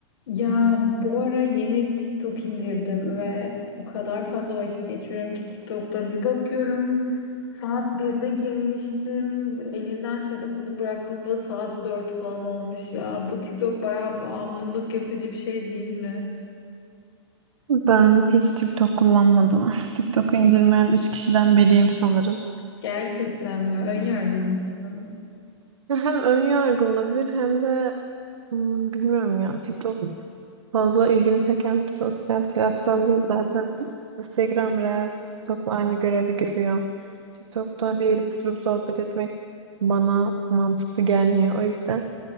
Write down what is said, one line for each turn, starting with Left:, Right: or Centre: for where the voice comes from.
Left: Ya bu ara yeni TikTok indirdim ve o kadar fazla vakit geçiriyorum ki TikTok'ta bir bakıyorum saat birde girmiştim elimden telefonu bıraktığımda saat 4 falan olmuş ya bu TikTok bayağı bağımlılık yapıcı bir şey değil mi?
Right: Ben hiç TikTok kullanmadım. <laughs> TikTok'u indirmeyen üç kişiden biriyim sanırım.
Left: Gerçekten mi? Ön yargılı mısın?
Right: Ya Hem ön yargı olabilir hem de hmm, bilmiyorum ya TikTok fazla ilgimi çeken bir sosyal platform değil zaten. Instagram Reels TikTok'la aynı görevi görüyor. TikTok'ta bir oturup sohbet etmek bana mantıklı gelmiyor. O yüzden